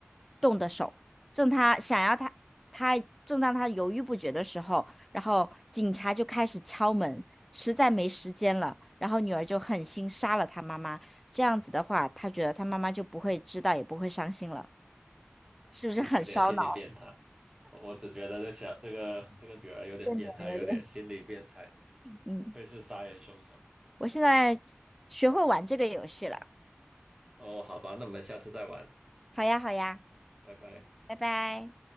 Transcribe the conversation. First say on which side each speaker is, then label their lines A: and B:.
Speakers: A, in the centre; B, on the right.
A: 动的手，正她想要她她正当她犹豫不决的时候。然后警察就开始敲门，实在没时间了，然后女儿就狠心杀了她妈妈。这样子的话，她觉得她妈妈就不会知道，也不会伤心了，是不是很烧脑？
B: 我有点心理变态，我我只觉得这小这个这个女儿有点变态，
A: 这女儿有点，
B: 有点心理变态的，
A: 嗯，
B: 不愧是杀人凶手。
A: 我现在学会玩这个游戏了。
B: 哦，好吧，那我们下次再玩，
A: 好呀，好呀，
B: 拜拜。
A: 拜拜。